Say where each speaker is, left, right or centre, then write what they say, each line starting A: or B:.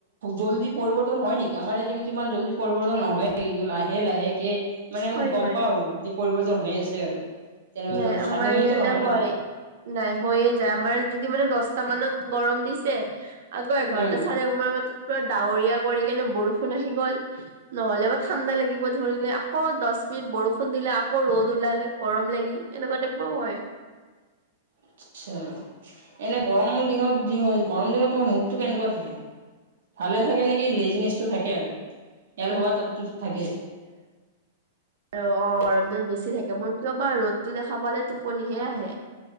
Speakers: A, on the right; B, on the right.
A: জল্দি পৰিৱৰ্তন হয় নেকি আমাৰ ইয়াতে কিন্তু ইমান জল্দি পৰিৱৰ্তন নহয় কিন্তু লাহে লাহে লাহেকে মানে আমি
B: হয়
A: গম
B: হয়
A: পাওঁ আৰু যে পৰিৱৰ্তন হৈ আছে আৰু তেনেকুৱা
B: নাই আমাৰ
A: চাডেনলিটো
B: ইয়াতে
A: নহয়
B: হয়
A: ন
B: নাই হৈয়ে যায় আমাৰ যদি মানে দহ স্তা মানত গৰম দিছে আকৌ এঘাৰটা
A: উম
B: চাৰে মানত পুৰা ডাৱৰীয়া কৰি কেনে বৰষুণ আহি গ'ল নহলেবা ঠাণ্ডা লাগিব ধৰিলে আকৌ দহ মিনত বৰষুণ দিলে আকৌ ৰ'দ ওলালে গৰম লাগিল এনেকুৱা টাইপোও হয়
A: আচ্ছা এনে গৰম দিনত যি হয় গৰম দিনত তোমাৰ মূডটো কেনেকুৱা থাকে ভালে থাকে নেকি লেজিনেছটো থাকে আৰু এলহুৱা তাইপটো থাকে
B: অ অ গৰম দিনত বেছি থাকে মোৰ কিয় বা ৰ'দতটো দেখা পালে টোপনিহে আহে